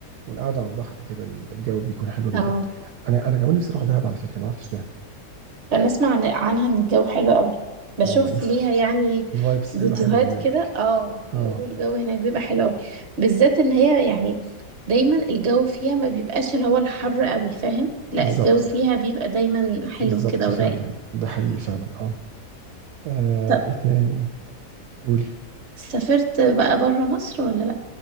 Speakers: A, on the right (about 75°); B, on the right (about 45°).
A: والقعدة على البحر كده الجو بيكون حلو جدا
B: اه
A: انا انا كمان نفسي اروح دهب على فكرة ما رحتش دهب
B: انا اسمع عن- عنها ان الجو حلو قوي بشوف
A: اه الناس
B: ليها يعني
A: الفايبس
B: فيديوهات
A: بيقولوا حلوة هناك
B: كده اه بيقولوا
A: اه
B: الجو هناك بيبقى حلو قوي بالذات ان هي يعني دايما الجو فيها ما بيبقاش اللي هو الحر قوي فاهم لا
A: بالظبط
B: الجو فيها بيبقى دايما حلو
A: بالظبط
B: كده
A: فعلا
B: ورايق
A: ده حقيقي فعلا اه آه،
B: طب
A: ايه تاني قول
B: سافرت بقى بره مصر ولا لا